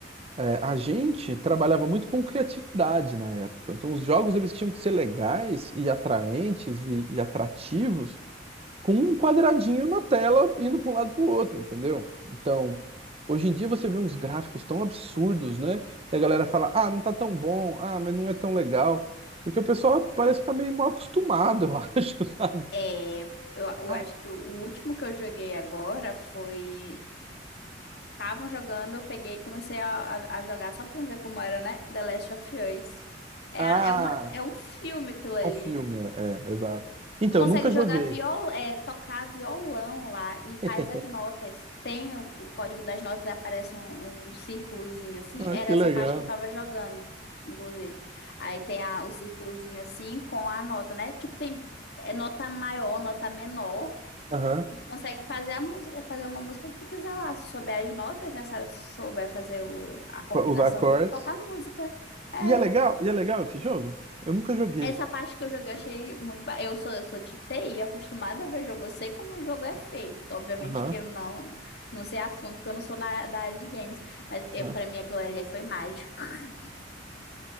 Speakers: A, on the right; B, on the left.
A: é, a gente trabalhava muito com criatividade na época. Então, os jogos eles tinham que ser legais e atraentes e, e atrativos com um quadradinho na tela indo para um lado para o outro, entendeu? Então, hoje em dia você vê uns gráficos tão absurdos, né? E a galera fala, ah, não tá tão bom, ah, mas não é tão legal. Porque o pessoal parece que tá meio mal acostumado, eu <laughs> acho, sabe?
B: É, eu, eu
A: Ah,
B: acho que o, o último que eu joguei agora foi. Estavam jogando, eu peguei e comecei a, a, a jogar só pra ver como era, né? The Last of Us. É,
A: ah,
B: a- é, uma, é um filme aquilo ali.
A: é um filme, é, é, exato. Então,
B: Tu consegue
A: eu nunca
B: jogar
A: joguei.
B: viol, é, tocar violão lá e
A: <laughs>
B: faz as notas. Tem o, o código das notas, aparece um, um círculozinho assim.
A: Ah,
B: Era
A: que
B: essa
A: legal.
B: parte que eu tava jogando, inclusive. Aí tem a- o círculozinho assim com a nota, né? Tipo, tem é, nota maior, nota menor.
A: Aham.
B: E Tu consegue fazer a música, fazer uma música que tu quiser lá. Se souber as notas, né? Se souber fazer o- a combinação
A: Pra Usar acordes.
B: que tu toca a música. É,
A: E é legal, e é legal esse jogo? Eu nunca joguei.
B: essa parte que eu joguei eu achei muito. ba- Eu sou, eu sou de TI, acostumada a ver jogo. Eu sei como o jogo é feito. Obviamente
A: Aham.
B: que eu não, não sei a fundo, porque eu não sou na, da área de games. Mas
A: aham.
B: eu, pra mim aquilo ali foi mágico. <laughs>